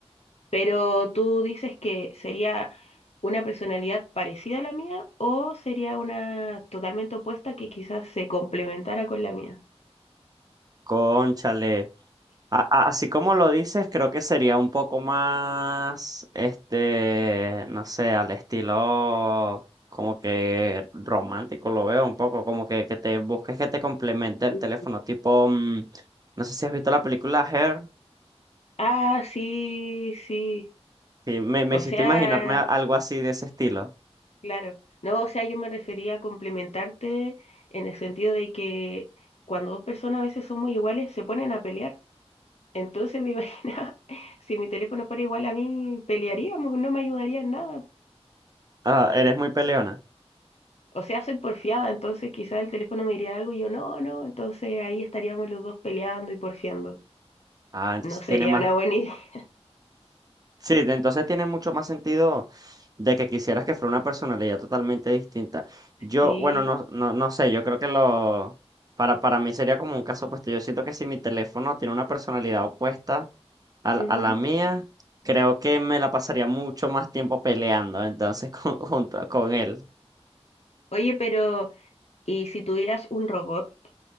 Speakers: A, on the left (about 70°); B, on the right (about 35°).
A: Pero tú dices que sería una personalidad parecida a la mía o sería una totalmente opuesta que quizás se complementara con la mía.
B: Cónchale. A- a- así como lo dices, creo que sería un poco más, este, no sé, al estilo como que romántico, lo veo un poco, como que, que te busques que te complemente el
A: Ujú.
B: teléfono, tipo, mm, no sé si has visto la película Hair,
A: Ah, sí, sí.
B: sí, me, me
A: O
B: hiciste
A: sea,
B: imaginarme a- algo así de ese estilo.
A: claro. No, o sea, yo me refería a complementarte en el sentido de que cuando dos personas a veces son muy iguales, se ponen a pelear. Entonces me imaginaba, <laughs> si mi teléfono fuera igual a mí, pelearíamos, no me ayudaría en nada.
B: Ah, eres muy peleona.
A: O sea, soy porfiada, entonces quizás el teléfono me diría algo y yo no, no, entonces ahí estaríamos los dos peleando y porfiando.
B: Ah, entonces
A: No sería
B: tiene más,
A: una buena idea. <laughs>
B: Sí, entonces tiene mucho más sentido de que quisieras que fuera una personalidad totalmente distinta. Yo,
A: Sí.
B: bueno, no, no, no sé, yo creo que lo, para, para mí sería como un caso opuesto. Yo siento que si mi teléfono tiene una personalidad opuesta a, la
A: ujú.
B: a la mía, creo que me la pasaría mucho más tiempo peleando entonces con, <laughs> junto con él.
A: Oye, pero ¿y si tuvieras un robot?